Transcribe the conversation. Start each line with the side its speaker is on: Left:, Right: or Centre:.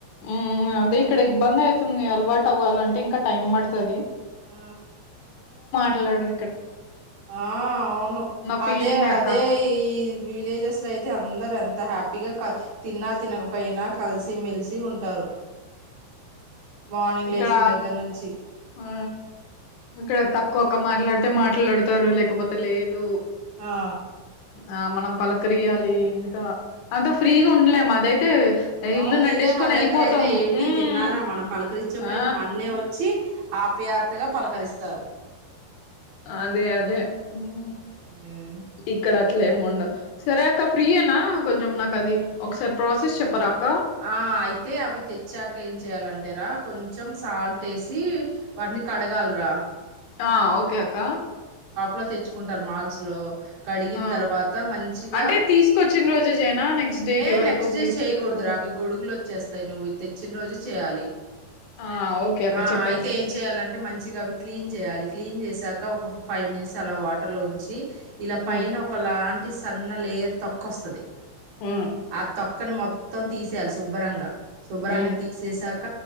Left: ఉమ్ అదే ఇక్కడ ఇబ్బంది అలవాటు అవ్వాలంటే ఇంకా టైమ్ పడుతుంది
Right: ఆ
Left: ఎల్లాడ
Right: ఆ అవును
Left: ఫీలింగే
Right: అదే అదే
Left: అక్క
Right: ఈ విలేజెస్ లో అయితే అందరు ఎంత హ్యాపీ తప్పిగా తిన్నా తినకపోయినా కలిసిమెెలిసి ఉంటారు మార్నింగ్
Left: ఇక్కడ
Right: లేచిన దగ్గర నుంచి
Left: ఆ ఇక్కడ తక్కువ ఒక్క మాట్లాడితే మాట్లాడుతారు లేకపోతే లేదు
Right: ఆ
Left: ఆ మనం పలకరియాలి ఇంకా అంత ఫ్రీగా ఉండలేము అదైతే ఇల్లు
Right: అవును
Left: నట్టేసుకొని
Right: ఇదే మన
Left: వెళ్ళిపోతాం
Right: దగ్గర అయితే ఏంటి
Left: మ్మ్
Right: తిన్నారా మనం పలకరిచ్చపోయినా
Left: ఆ
Right: మన్నే వచ్చి ఆప్యాతగా పలకరిస్తారు
Left: అదే అదే ఉ
Right: ఉమ్.
Left: ఇక్కడ అట్లా ఏముండదు సరే అక్క ఫ్రీ అనా కొంచెం నాకు అది ఒకసారి ప్రాసెస్ చెప్పరా అక్క
Right: ఆ అయితే అవి తెచ్చాక ఏం చేయ్యాలంటే రా కొంచెం సాల్ట్ వేసి వాటిని కడగాలరా
Left: ఆ ఓకే అక్క
Right: లో తెచ్చుకుంటారు మాల్స్ లో కడిగిన
Left: ఆ
Right: తర్వాత మంచిగా
Left: అంటే తీసుకొచ్చిన రోజే జేనా నెక్స్ట్ డే
Right: ఏ
Left: కి వరకు
Right: నెక్స్ట్ డే
Left: ఫ్రిడ్జ్
Right: చేయకూడదురా
Left: లో
Right: అవి గొడుగులు వచ్చేస్తాయి నువ్వు ఇ తెచ్చిన రోజు చేయాలి
Left: ఆ ఓకే అక్క
Right: ఆ
Left: చెప్పండి
Right: అయితే ఏం చేయాలంటే మంచిగా అవి క్లీన్ చేయాలి చేసాక ఒక ఫైవ్ మినిట్స్ అలా వాటర్ లో ఉంచి ఇలా పైన
Left: మ్మ్
Right: ఒక లాంటి టి సన్న లేయర్ తోక్కు వస్తది
Left: మ్మ్
Right: ఆ తోక్ తోక్కని మొత్తం తీసేయాలి శుభ్రంగా శుభ్రంగా
Left: మ్మ్
Right: తీసేసాక